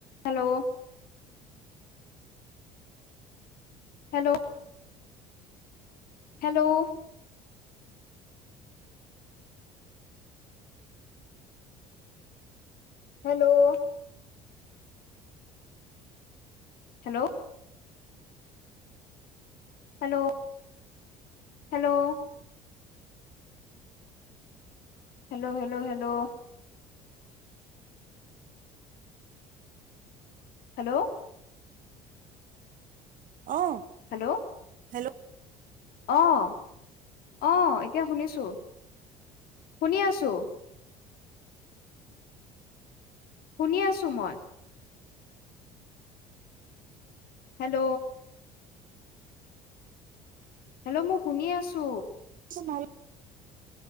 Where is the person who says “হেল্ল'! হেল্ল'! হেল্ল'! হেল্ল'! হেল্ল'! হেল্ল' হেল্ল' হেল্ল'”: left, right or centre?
Left